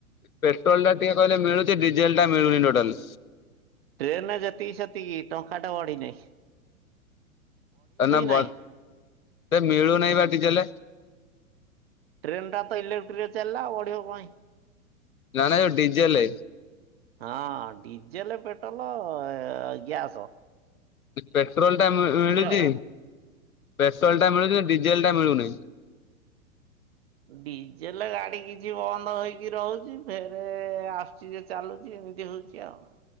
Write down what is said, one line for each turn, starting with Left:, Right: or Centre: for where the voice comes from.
Left: ପେଟ୍ରୋଲ୍ ଟା ଟିକେ କହିଲେ ମିଳୁଛି ଡିଜେଲ ଟା ମିଳୁନି ଟୋଟାଲ୍।
Right: ଟ୍ରେନ୍ ରେ ଯେତିକି ସେତିକି ଟଙ୍କା ଟା ବଢିନେଇ।
Left: ନା ବ
Right: ନାହିଁ।
Left: ସେ ମିଳୁନହିଁ ବା ଟିକେଟେ।
Right: ଟ୍ରେନ ଟା ତ ଇଲେକ୍ଟ୍ରିକ୍ ରେ ଚାଲିଲା ବଢ଼ିବା କଁ ପାଇଁ।
Left: ନା ନା ଯୋଉ ଡିଜେଲେ।
Right: ହଁ ଡିଜେଲ ପେଟ୍ରୋଲ ଗ୍ୟାସ୍
Left: ପେଟ୍ରୋଲ୍ ଟା ମିଳୁଛି
Right: ଆଉ।
Left: ପେସଲ୍ ଟା ମିଳୁଛି କି ଡିଜେଲ ଟା ମିଳୁନି।
Right: ଡିଜେଲ ଗାଡି କିଛି ବନ୍ଦ ହେଇକି ରହୁଛି ଫେରେ ଆସୁ ଯେ ଚାଲୁଛି ଏମିତି ହୋଉଛି ଆଉ।